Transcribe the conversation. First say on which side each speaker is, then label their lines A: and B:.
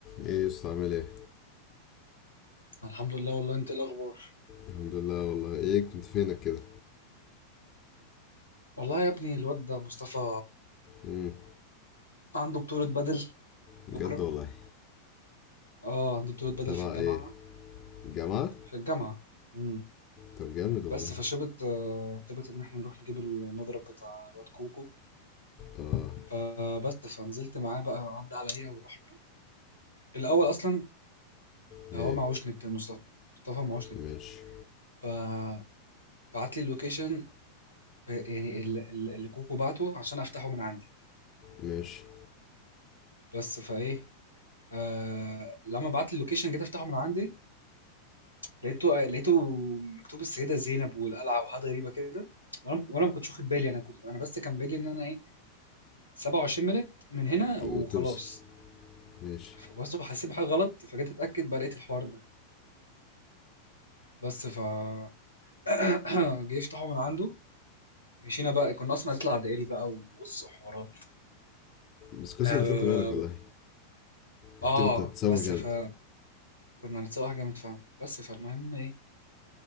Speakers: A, on the left; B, on the left.
A: ايه يا اسطى عامل ايه
B: الحمد لله والله انت ايه الاخبار
A: الحمد لله والله ايه كنت فينك كده
B: والله يا ابني الواد ده مصطفى
A: امم
B: عنده بطولة بدل
A: بجد
B: بكرة
A: والله
B: اه عنده بطولة بدل
A: تبع
B: في الجامعة
A: ايه جامعة
B: في الجامعة امم
A: طب جامد والله
B: بس فشبت آه، شبت ان احنا نروح نجيب المضرب بتاع الواد كوكو
A: اه
B: فبس فنزلت معاه بقى عدى عليا ورحنا الاول اصلا
A: ايه
B: هو معهوش نت مصطفى مصطفى معهوش نت
A: ماشي
B: فبعت لي اللوكيشن ب- يعني ال- ال- اللي كوكو بعته عشان افتحه من عندي
A: ماشي
B: بس فايه آه لما بعت لي اللوكيشن جيت افتحه من عندي لقيته لقيته مكتوب السيدة زينب والقلعة وحاجات غريبة كده وانا وانا ما كنتش واخد بالي انا كنت انا بس كان بالي ان انا ايه 27 مينت من هنا وخلاص
A: وتوصل ماشي
B: فبس حسيت بحاجة غلط فجيت اتأكد بقى لقيت الحوار ده بس ف <clears throat> جه يفتحه من عنده مشينا بقى كنا اصلا هنطلع دائري بقى وبص حوارات
A: بس كويس
B: آه,
A: انا خدت بالك والله انت
B: اه
A: كنت هتتسوح
B: بس
A: جامد
B: فكنا هنتسوق حاجة جامد فعلا بس فالمهم ايه